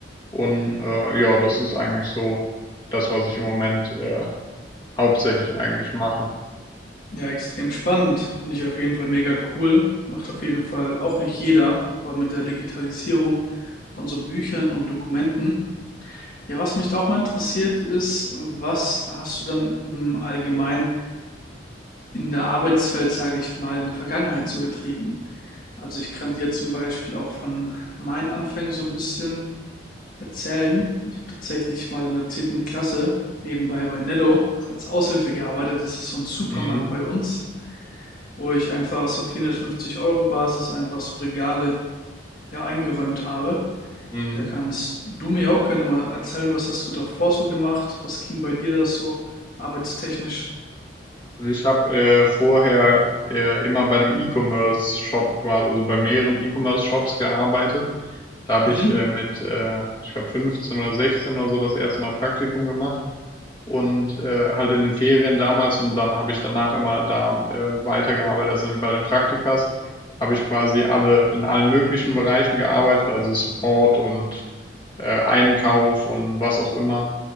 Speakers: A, on the left; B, on the left.
A: Und äh, ja, das ist eigentlich so das, was ich im Moment äh, Hauptsächlich eigentlich mache.
B: Ja, extrem spannend. Finde ich auf jeden Fall mega cool. Macht auf jeden Fall auch nicht jeder, vor allem mit der Digitalisierung von so Büchern und Dokumenten. Ja, was mich da auch mal interessiert ist, was hast du dann im Allgemeinen in der Arbeitswelt, sage ich mal, in der Vergangenheit so getrieben? Also ich kann dir zum Beispiel auch von meinen Anfängen so ein bisschen erzählen. Ich habe tatsächlich mal in der zehnten Klasse nebenbei bei Netto als Aushilfe gearbeitet. Das ist so ein Supermarkt
A: Mhm.
B: bei uns, wo ich einfach so 450 Euro Basis einfach so Regale ja eingeräumt habe.
A: Mhm.
B: Da kannst du mir auch gerne mal erzählen, was hast du davor so gemacht? Was ging bei dir das so arbeitstechnisch?
A: Und ich habe äh, vorher äh, immer bei einem E-Commerce-Shop quasi, also bei mehreren E-Commerce-Shops gearbeitet. Da habe
B: Mhm.
A: ich äh, mit, äh, ich glaube 15 oder 16 oder so das erste Mal Praktikum gemacht und äh, halt in den Ferien damals und dann habe ich danach immer da äh, weitergearbeitet. Also bei den Praktikas habe ich quasi alle in allen möglichen Bereichen gearbeitet, also Support und äh, Einkauf und was auch immer.